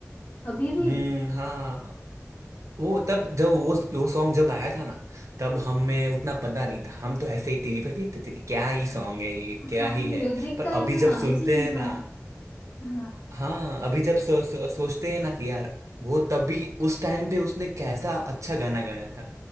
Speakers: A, on the left (about 40°); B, on the right (about 65°).
A: अभी
B: हम्म,
A: भी
B: हाँ वो तब जब वो वो सॉन्ग जब आया था ना तब हमें उतना पता नहीं था हम तो ऐसे ही टीवी पे देखते थे कि क्या ही सॉन्ग है ये क्या
A: हाँ
B: ही
A: म्यूजिक
B: है पर
A: का
B: अभी
A: इतना
B: जब
A: नॉलेज
B: सुनते
A: ही नहीं
B: हैं
A: था
B: ना
A: हाँ
B: हाँ अभी जब सो, सो, सोचते हैं ना कि यार वो तभी उस टाइम पे उसने कैसा अच्छा गाना गाया था